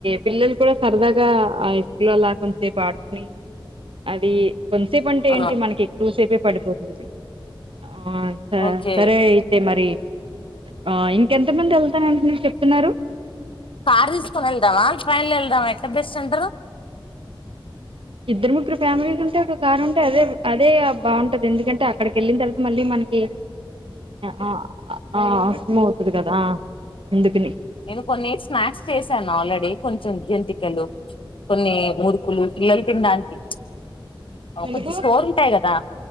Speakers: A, on the right; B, on the left.
A: పిల్లలు కూడా సరదాగా ఆకూల్లోలా కొంచసేపు ఆడుకుని అది కొంతసేపు అంటే
B: ఆ
A: ఏంటి మనకి ఎక్కువ సేపే పడిపోతుంది ఆ స
B: ఓకే
A: సరే అయితే మరి ఆ ఇన్ ఎంత మంది ఎళ్తరని మీరు చెప్తున్నారు
B: కార్ తిస్కొన్ ఎల్దమా ట్రైన్ లా ఎల్దమా ఎట్ల బెస్ట్ అంటారు
A: ఇద్దరు ముగ్గురు ఫ్యామిలీస్ ఉంటే ఒక కారు ఉంటే అదే అదే బాగుంటది ఎందుకంటే అక్కడికి ఎళ్ళిన తర్వాత మళ్ళీ మనకి ఆ ఆ కష్టం అవుతుంది కదా అందుకని
B: నేను కొన్ని స్నాక్స్ చేశాను ఆల్రెడీ కొంచెం జంతికలు కొన్ని మురుకులు పిల్లలు తినడానికి అ
A: ఎందుకు?
B: కొంచెం స్టోర్ ఉంటయ్ గదా